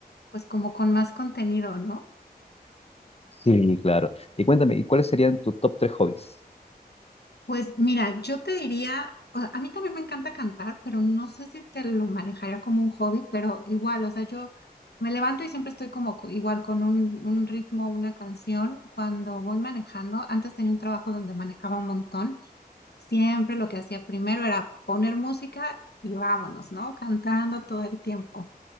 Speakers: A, on the left; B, on the left.
A: pues como con más contenido, ¿no?
B: Sí, claro. Y cuéntame, ¿y cuáles serían tus top tres hobbies?
A: Pues mira, yo te diría, o sea, a mí también me encanta cantar, pero no sé si te lo manejaría como un hobby, pero igual, o sea, yo me levanto y siempre estoy como co- igual con un, un ritmo, una canción. Cuando voy manejando, antes tenía un trabajo donde manejaba un montón, siempre lo que hacía primero era poner música y vámonos, ¿no? Cantando todo el tiempo.